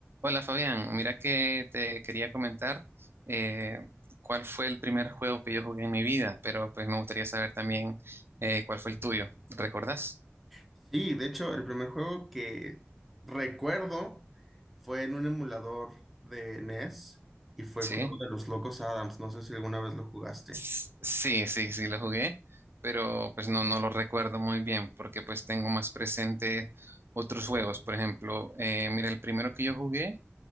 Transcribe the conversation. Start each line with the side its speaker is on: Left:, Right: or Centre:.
Right: Hola Fabián, mira que te quería comentar eh, cuál fue el primer juego que yo jugué en mi vida, pero pues me gustaría saber también eh, cuál fue el tuyo. ¿Recordás?
Centre: Sí, de hecho, el primer juego que recuerdo fue en un emulador de NES y fue
Right: Sí,
Centre: el juego de los Locos Adams. No sé si alguna vez lo jugaste.
Right: S- sí, sí, sí lo jugué, pero pues no, no lo recuerdo muy bien porque pues tengo más presente otros juegos. Por ejemplo, eh, mira, el primero que yo jugué